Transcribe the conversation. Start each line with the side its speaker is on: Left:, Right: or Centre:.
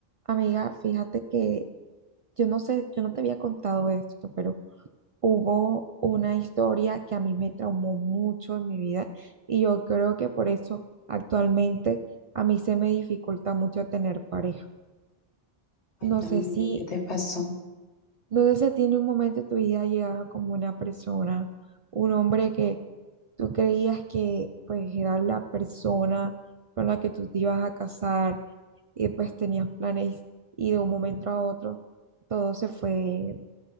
Right: Amiga, fíjate que yo no sé, yo no te había contado esto, pero hubo una historia que a mí me traumó mucho en mi vida y yo creo que por eso actualmente a mí se me dificulta mucho tener pareja.
Left: Cuéntame,
Right: No sé
Left: amigo,
Right: si
Left: ¿qué te pasó?
Right: ¿Dónde se tiene un momento de tu vida llegaba como una persona, un hombre que tú creías que pues era la persona con la que tú te ibas a casar y pues tenías planes y de un momento a otro todo se fue